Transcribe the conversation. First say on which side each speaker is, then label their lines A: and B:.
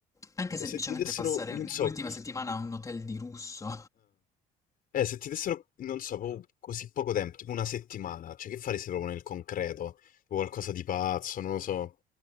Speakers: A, on the left (about 20°); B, on the left (about 60°).
A: Anche semplicemente
B: E se ti dessero,
A: passare
B: non so,
A: l'ultima settimana a un hotel di lusso.
B: Eh, se ti dessero, non so, proprio così poco tempo, tipo una settimana, cioè che faresti proprio nel concreto? O qualcosa di pazzo, non lo so.